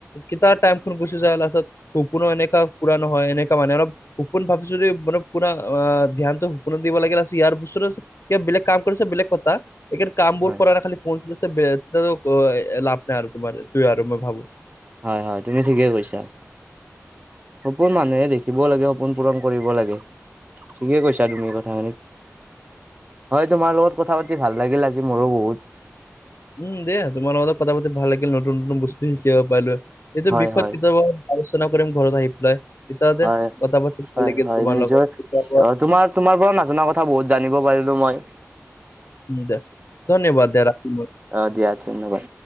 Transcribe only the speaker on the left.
কেতিয়া টাইমখন গুচি যায় লাষ্টত সপনো এনেকা পূৰা নহয় এনেকা মানে অলপ সপোন ভাবিছো দেই মানে পুৰা আ ধ্যানটো সপোনত দিব লাগে লাষ্ট ইয়াৰ পিছত এতিয়া বেলেগ কাম কৰিছা বেলেগ কথা এতিয়া কাম বোৰ
কৰা খালি ফনো চেভ বেতাৰ অ লাভ নাই আৰু তোমাৰ এইটোৱে আৰু মই ভাবো
উম দে তোমাৰ লগত কথা পাতি ভাল লাগিল নতুন নতুন বস্তু শিকিব পাৰিলো এইটো
বিষয়ত
কেতিয়াবা আলোচনা কৰিম ঘৰত আহি পেলাই তেতিয়াতে
কথা পাতি ভাল
লাগিল
তোমাৰ
লগত।
উ দে ধন্যবাদ দিয়া ৰাখা